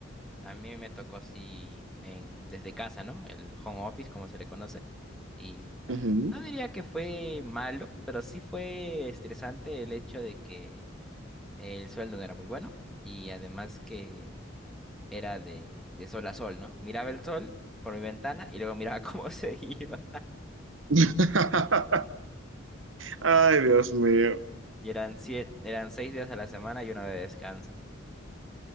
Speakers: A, in the centre; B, on the right.
A: A mí me tocó así en, desde casa, ¿no? El home office, como se le conoce. Y no,
B: Ujú.
A: no diría que fue malo, pero sí fue estresante el hecho de que el sueldo no era muy bueno y además que era de, de sol a sol, ¿no? Miraba el sol por mi ventana y luego miraba <laughs> cómo se iba.
B: <laughs> Ay, Dios mío.
A: Y eran siete, eran seis días a la semana y uno de descanso.